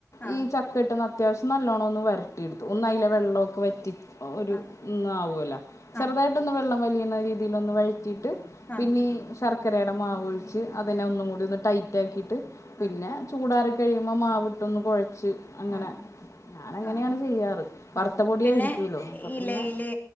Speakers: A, on the left (about 35°); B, on the left (about 85°).
A: ആഹ്
B: ഇ ചക്കായിട്ടഅത്വിശ്യം നല്ലോണം ചുടാക്കുക. എടുത്ത് അയിന്റെ വെള്ളമൊക്കെ വറ്റി, ഒരു
A: ആഹ്
B: ഒന്ന ആവല്ല ചെറുതായിട്ടൊന്ന്
A: ആഹ്
B: വെള്ളം വലിയ <inaudible> വീതിയിൽ വഴി <inaudible> ട്ട്
A: ആഹ്
B: പിന്നെ സർ <unintelligible> ചക്കരയുടെ മാവ ഒഴിച്ച് അതിനെ ഒന്നും കൂടി ഒന്ന് ടൈറ്റാക്കിയിട്ട്, ട്ട് പിന്നെ
A: ആഹ്
B: ചൂഡറി കഴിയുമ്പോൾ മാവവിട്ടൊന്ന് കുഴച്ച് അങ്ങനെ
A: ആഹ്
B: ഞാൻങ്ങനെയാണ്
A: ആഹ് ആഹ് ആഹ്
B: ചെയ്യാറ് വറുത്ത
A: ആഹ്
B: പൊടിയായിരിക്കുല്ലോ
A: പിന്നെ
B: അപ്പൊ
A: ഇലയില്
B: പിന്നെ